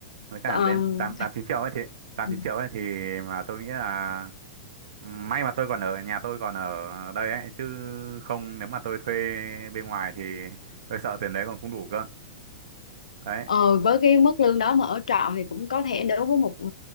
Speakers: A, on the right; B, on the left.
A: với cả
B: Còn
A: đến tám tám chín triệu ấy thì tám
B: ừ.
A: chín triệu ấy thì mà tôi nghĩ là may mà tôi còn ở nhà tôi còn ở đây ấy chứ không nếu mà tôi thuê bên ngoài thì tôi sợ tiền đấy còn không đủ cơ đấy
B: Ờ, với cái mức lương đó mà ở trọ thì cũng có thể đối với một ừ,